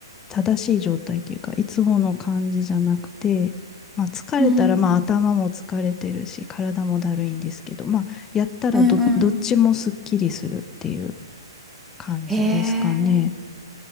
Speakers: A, on the left; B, in the centre.
A: 正しい状態っていうか、いつもの感じじゃなくて、まあ疲れたら、
B: うん。
A: まあ頭も疲れてるし、体もだるいんですけど、まあやったらど、
B: うんうん。
A: どっちもすっきりするっていう。感じですかね。
B: へえ、